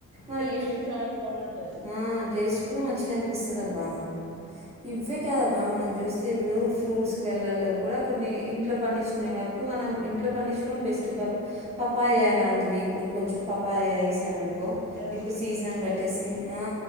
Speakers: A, on the right; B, on the right.
A: మనకి
B: టేస్ట్ చాలా బాగుంటది
A: ఆ! టేస్ట్ కూడా మంచిగా అనిపిస్తదబ్బా ఇవ్వే కాదబ్బా మనం చూస్తే ఇప్పుడు ఫ్రూట్స్ గేళ్లల్లో కూడా కొన్ని ఇంట్లో పండించుకునే వారి ఎక్ మనం ఇంట్లో పండించుకోవడం బెస్ట్ పాపాయ అలాంటివి ఇప్పుడు కొంచెం అది వ్యవసాయం
B: ఉంటదన్నమాట
A: ఇప్పుడు సీజన్ బట్టేసి
B: హెల్త్
A: ఆ